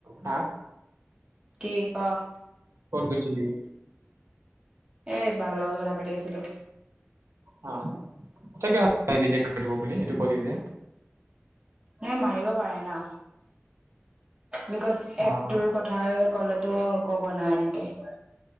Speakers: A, on the right; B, on the right.
A: হা
B: কি ক
A: ক'ত গৈছিলি
B: এ বাৰ লগত কথা পাতি আছিলো।
A: হা তাকে ভাবি ৰিজেক্ট কৰিব বুলি সেইটো কলি যে
B: নাই মাৰিব পাৰে না! বিকজ
A: অ
B: এপটোৰ
A: অ
B: কথা কলেতো ক'ব নাই এনেক।